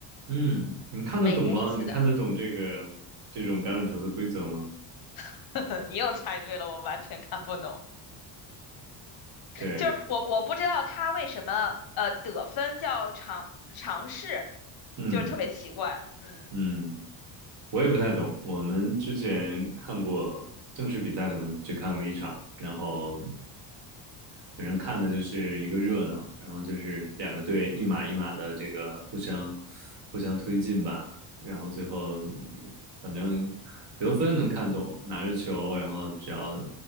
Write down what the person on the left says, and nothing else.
每年一次的。
<laughs> 你又猜对了，我完全看不懂，
就是我我不知道他为什么呃得分叫尝尝试，
就是特别奇怪，嗯，